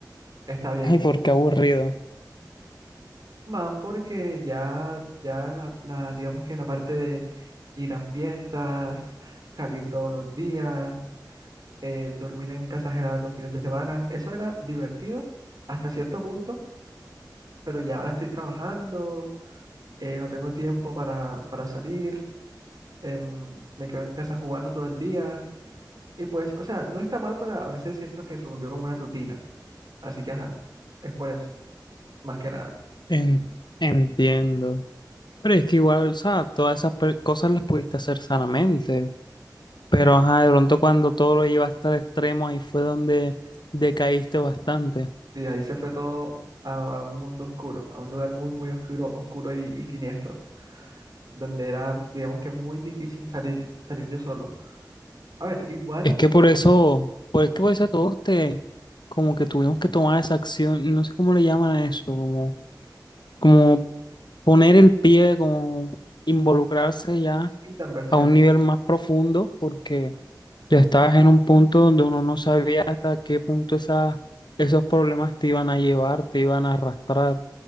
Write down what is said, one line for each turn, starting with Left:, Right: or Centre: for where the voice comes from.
Right: está bien.
Left: ay, por qué aburrido.
Right: Man, porque ya, ya la, la- digamos que la parte de ir a fiestas, salir todos los días. eh, dormir en casa ajena los fines de semana. Eso era divertido hasta cierto punto, pero ya ahora estoy trabajando, eh, no tengo tiempo para, para salir, em, me quedo en casa jugando todo el día. Y pues, o sea, no está mal, pero a veces siento que se volvió como una rutina. Así que, ajá, es por eso, más que nada.
Left: En- entiendo. Pero es que igual, o sea, todas esas per- cosas las pudiste hacer sanamente. Pero, ajá, de pronto cuando todo lo llevaste al extremo, ahí fue donde
Right: Sí,
Left: decaíste bastante.
Right: Sí, ahí se fue todo a, a un mundo oscuro, a un lugar muy, muy oscuro, oscuro y, y siniestro, donde era, digamos que muy difícil salir, salir yo solo. A ver, igual,
Left: Es que por eso, por, es que por eso todos te, como que tuvimos que tomar esa acción, no sé cómo le llaman a eso, como, como poner el pie, como involucrarse ya
Right: tanta inversión.
Left: a un nivel más profundo, porque ya estabas en un punto donde uno no sabía hasta qué punto esa, esos problemas te iban a llevar, te iban a arrastrar.